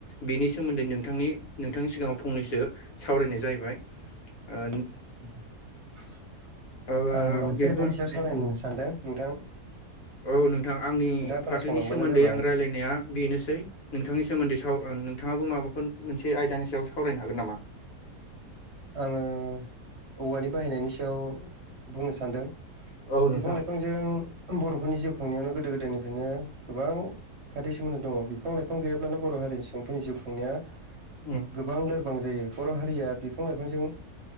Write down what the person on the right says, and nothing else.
<unintelligible>
आंबो मोनसे
आइदानि सायाव सरायनो सानदों नोंथां
नोंथाङा खोनासंलांबानो
जाबाय
आङो औवानि बाहायनायनि सायाव बुंनो सानदों
बिफां लाइफांजों बर'फोरनि जिउ खांनायावनो गोदो गोदायनिफ्रायनो गोबां खाथि सोमोन्दो दङ बिफां लाइफां गैयाब्लानो बर' हारिनि सुबुंफोरनि जिउ खुंनाया
गोबां लोरबां जायो बर' हारिया बिफां लाइफांजों